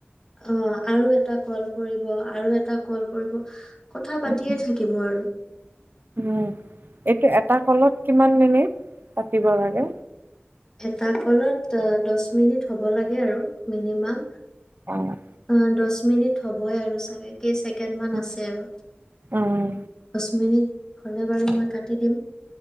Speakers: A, on the left; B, on the right.
A: অ আৰু এটা কল কৰিব আৰু এটা কল কৰিব কথা পাতিয়ে
B: উম
A: থাকিব আৰু
B: উম এইটো এটা কলত কিমান মিনিট পাতিব লাগে
A: এটা কলত দহ মিনিট হ'ব লাগে আৰু মিনিমাম
B: অঁ
A: অ দহ মিনিট হ'বই আৰু চাগে কেই ছেকেণ্ড মান
B: উম
A: আছে আৰু
B: উম,
A: দহ মিনিট হ'লে বাৰু মই কাটি দিম